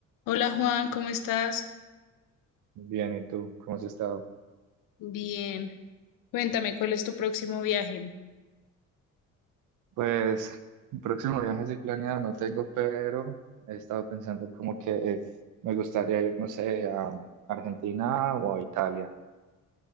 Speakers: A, on the left; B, on the right.
A: Hola Juan, ¿cómo estás?
B: Bien, ¿y tú? ¿Cómo has estado?
A: Bien. Cuéntame, ¿cuál es tu próximo viaje?
B: Pues, el próximo viaje sí planeado no tengo, pero he estado pensando como que eh, me gustaría ir, no sé, a Argentina o a Italia.